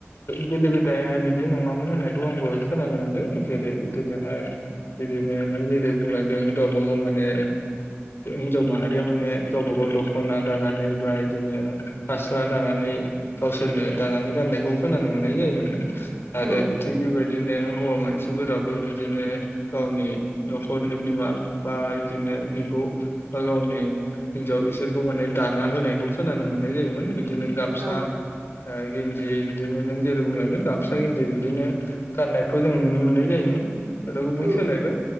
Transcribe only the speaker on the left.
गोदो गोदायहाय बिदि नङामोन होननायखौ आंबो खोनानो मोनदों जेरै गोदोहाय बिदिनो नों जेरै बुंलांदों गावबा गाव माने हिनजाव माहारिया माने गावबा गाव दख'ना दानानै बा बिदिनो फास्रा दानानै गावसोरनो दानानै गाननायखौ खोनानो मोननाय जायोमोन आरो
थिग बेबायदि बिदिनो हौवा मानसिफोराबो बिदिनो गावनि न'खरनि बिमा बा बिदिनो बिब' बा गावनि हिनजाव बिसोरखौ माने दाना होनायखौ खोनानो मोननाय जायोमोन बि दिनो गामसा
गेन्दि बिदिनो नों जेरै बुंलांदों गामसा गेन्दि बिदिनो गाननायखौ जों नुनो मोननाय जायोमोन। दाथ' गोबां
सोलायबाय।